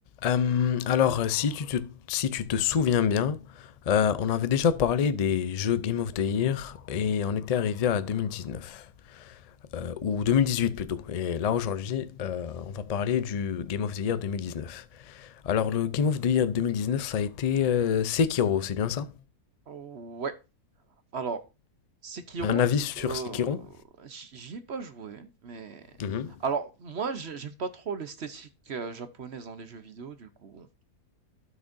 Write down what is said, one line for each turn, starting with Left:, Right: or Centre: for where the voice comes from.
Left: Euh, alors, euh, si tu te, si tu te souviens bien, euh, on avait déjà parlé des jeux Game of the Year et on était arrivé à 2019, euh, ou 2018 plutôt. Et là, aujourd'hui, euh, on va parler du Game of the Year 2019. Alors, le Game of the Year 2019, ça a été euh, Sekiro, c'est bien ça?
Right: Ouais, alors Sekiro,
Left: Un avis sur
Right: heu,
Left: Sekiro?
Right: j'y j'y ai pas joué, mais
Left: Mhm.
Right: alors moi j'ai j'aime pas trop l'esthétique, heu, japonaise dans les jeux vidéo du coup, heu,